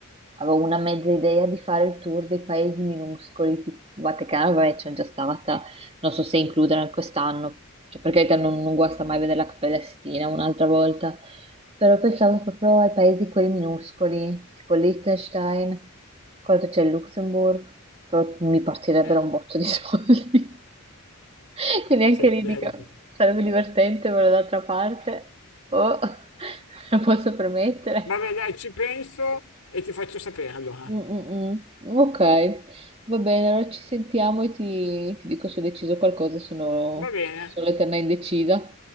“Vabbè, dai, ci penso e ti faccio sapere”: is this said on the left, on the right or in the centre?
Left